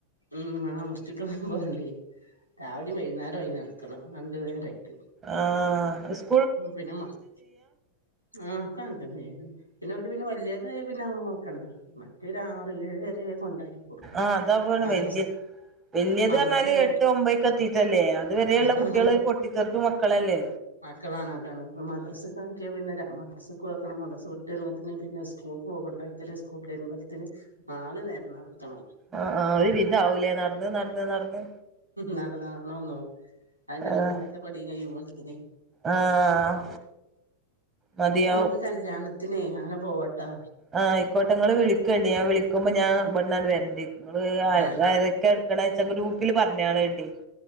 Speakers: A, on the left (about 85°); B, on the right (about 20°).
A: ഉം ആഹ് മുറിചിട്ട് <unintelligible> പോരന്നെ രാവിലേം വൈകുന്നേരായി നടക്കണം രണ്ടു നേരായിട്ട്
B: ആഹ് സ്
A: ഉം പിന്നെ മക് നോക്കാ <unintelligible> പിന്നെ അവര് പിന്നെ വലിയതായാ പിന്നെ നമ്മൾ നോക്കണ്ട മറ്റവരാറ് ഏഴ് വരെയക്കെ കൊണ്ടാക്കി കൊടുക്കണം
B: ആഹ് അതാ പോണ്
A: മദ്രസ്
B: വല്യ വല്ലിയത്
A: മദ്രസന്റെ
B: പറഞ്ഞാല് എട്ട് ഒമ്പതക്കെത്തീട്ടല്ലേ അത് വരെയുള്ള
A: ആ
B: കുട്ടികളെ പൊ <unintelligible> മക്കൾ അല്ലേ
A: മക്കളാണ് അതാണ് ഇപ്പം മദ്രസക്ക് ആക്കിയാൽ പിന്നെ ര മദ്രസക്കുവാക്കണം മദ്രസ വിട്ട് വരുമ്പോത്തേന് പിന്നെ സ്കൂൾ പോകണ്ടേ <unintelligible> സ്കൂൾ കഴിമ്പത്തിന് നാല് നേരം നടക്കണം
B: ആഹ് ആഹ് ഒരു വിധ ആവൂലേ നടന്ന് നടന്ന് നടന്ന്
A: നടന്ന്നടന്നോന്നൊ അതിന്റെടക്ക്
B: ആഹ്
A: വീട്ടത്തെ പണി കഴിയുമ്പോളത്തിന്
B: ആഹ് മതിയാവും
A: അപ്പൊ നമ്മുക്ക് കല്യാണത്തിനെ അങ്ങനെ പോവട്ടാ
B: ആഹ് ആയിക്കോട്ടെ ഇങ്ങള് വിളിക്കണ്ട് ഞാൻ വിളിക്കുമ്പോ ഞാൻ ഇവിടന്നങ്ങ് ട് വരണ്ട് ങ്ങള്
A: ആഹ് ആയിക്കോ
B: ആരൊക്കെയാണ് ക്കണെച്ചാ ഗ്രൂപ്പിൽ പറഞ്ഞയാളേണ്ടി